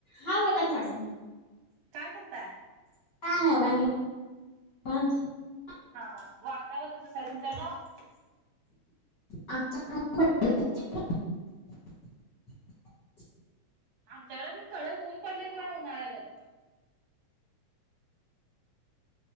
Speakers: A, on the left; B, on the right.
A: हा बोला कि मॅडम.
B: करता
A: का का <unintelligible>
B: हा हा वातावरण कस आहे तुमच्याकडं?
A: आमच्या <unintelligible>
B: आमच्याकडे बी कडक ऊन पडले ना उन्हाळ्यागत.